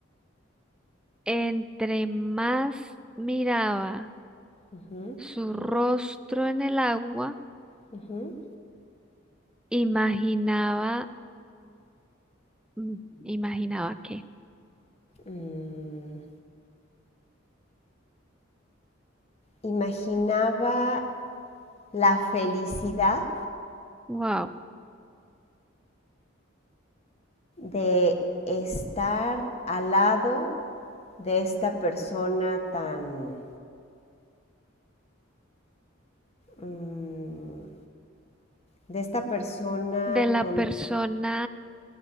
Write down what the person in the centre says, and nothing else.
entre más miraba
su rostro en el agua,
imaginaba, mm, imaginaba que,
wow,
de la
persona